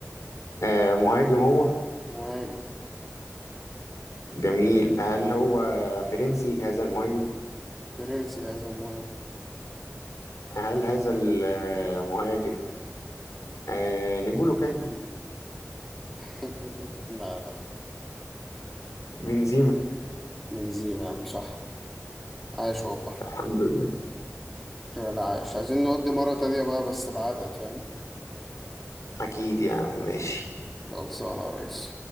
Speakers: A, on the left (about 85°); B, in the centre.
A: آه، مهاجم هو
B: مهاجم
A: جميل هل هو فرنسي هذا المهاجم
B: فرنسي هذا المهاجم
A: هل هذا المهاجم آه، نجولو كانتي
B: <laughs> لا لا
A: بنزيما
B: بنزيما يا عم صح عاش والله
A: الحمد لله
B: ولا عايش عايزين نودي مرة تانية بقى بس بعدد فاهم
A: أكيد يا عم ماشي
B: خلصانة يا ريس